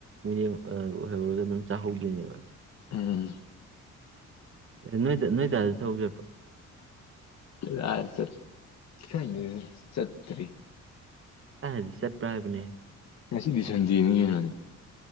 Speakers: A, on the right; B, on the left.
A: ꯃꯤꯔꯦꯝ ꯑ ꯑꯣꯏꯍꯧꯔꯒ ꯑꯗꯨꯝ ꯆꯥꯍꯧꯗꯣꯏꯅꯦꯕ
B: ꯎꯝ
A: ꯅꯣꯏ ꯅꯣꯏ ꯗꯥꯖꯨ ꯊꯕꯛ ꯆꯠꯄ꯭ꯔꯣ
B: ꯀꯔꯥꯏ ꯆꯠ ꯈꯪꯗꯦꯅꯦ ꯆꯠꯇ꯭ꯔꯤ
A: ꯑꯩꯅꯥ ꯍꯥꯏꯗꯤ ꯆꯠꯄ꯭ꯔꯥ ꯍꯥꯏꯕꯅꯦ
B: ꯉꯁꯤꯗꯤ ꯁꯟꯗꯦꯅꯤ <unintelligible>